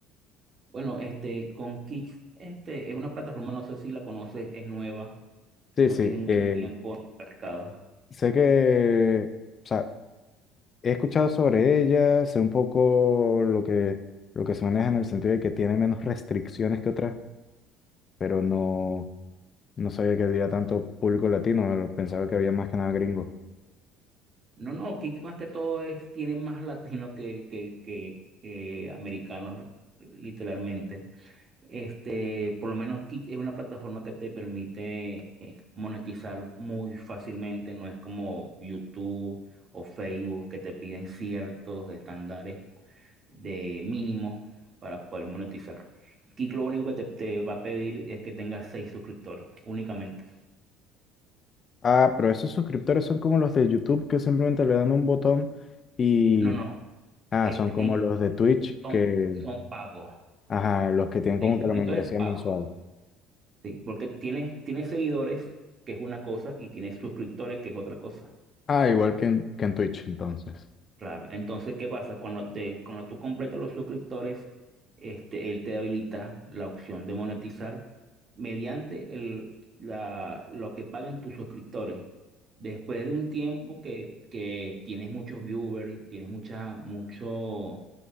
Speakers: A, on the right (about 40°); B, on the left (about 35°).
A: Bueno, este, con Kick, este, es una plataforma, no sé si la conoces, es nueva,
B: Sí,
A: no
B: sí,
A: tiene mucho
B: eh,
A: tiempo en el mercado.
B: sé que, o sea, he escuchado sobre ella, sé un poco lo que, lo que se maneja en el sentido de que tiene menos restricciones que otras, pero no. No sabía que había tanto público latino, pero pensaba que había más que nada gringo.
A: No, no, Kick más que todo es, tiene más <laughs> latinos que, que, que, que americanos, literalmente. Este, por lo menos Kick es una plataforma que te permite monetizar muy fácilmente, no es como YouTube o Facebook que te piden ciertos estándares de mínimo para poder monetizar. Kik lo único que te, te va a pedir es que tengas seis suscriptores únicamente.
B: Ah, pero esos suscriptores son como los de YouTube que simplemente le dan un botón y...
A: No, no,
B: Ah,
A: este,
B: son como
A: en-
B: los de Twitch
A: son,
B: que...
A: son pagos.
B: Ajá, los que tienen
A: Seis
B: como
A: suscriptores
B: que la membresía
A: pagos.
B: mensual.
A: Sí, porque tienes, tienes seguidores, que es una cosa, y tienes suscriptores, que es otra cosa.
B: Ah, igual que en, que en Twitch, entonces.
A: Claro, entonces, ¿qué pasa? Cuando, te, cuando tú completas los suscriptores, este, él te habilita la opción de monetizar mediante el, la, lo que paguen tus suscriptores. Después de un tiempo que, que tienes muchos viewers, tienes mucha, mucho,